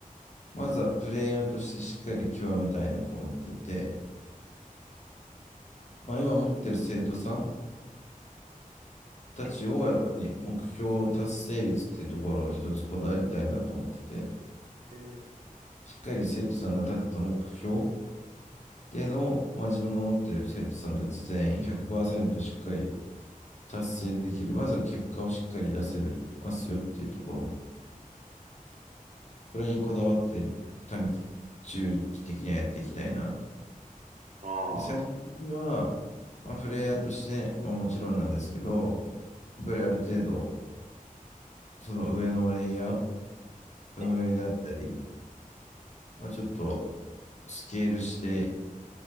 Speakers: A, on the left (about 50°); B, on the right (about 60°).
A: まずはプレイヤーとしてしっかり極めたいなと思っていて、まあ、今持ってる生徒さんたちを、
B: え、
A: やっぱり目標達成率っていうところを一つこだわりたいなと思ってて、
B: うん、
A: しっかり生徒さんが立てた目標での、まあ、自分が持っている生徒さんたち全員100%しっかり達成できる。まずは結果をしっかり出せるますよっていうところ。これにこだわって短期、中期的にはやっていきたいなと。
B: あ
A: で、最終的には、まあ、プレイヤーとして、まあ、もちろんなんですけど、やっぱりある程度、その上のレイヤー、運営であったり、
B: あ、え、
A: まあ、ちょっとスケールして